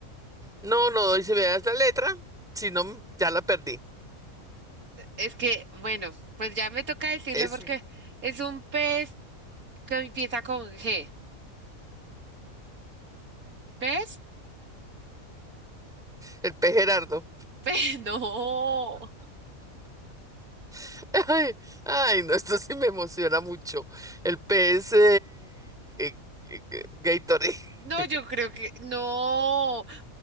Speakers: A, in the centre; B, on the right.
A: No, no doy. Si me das la letra, si no, m- ya la perdí.
B: Es que, bueno, pues ya me toca decirle
A: Es
B: porque es un pez que empieza con G. ¿Pez?
A: el P. Gerardo.
B: Pe- <laughs> No.
A: <laughs> Ay, ay, no, esto sí me emociona mucho. El P es eh, eh, eh, G- Gatorade. <laughs>
B: No, yo creo que no.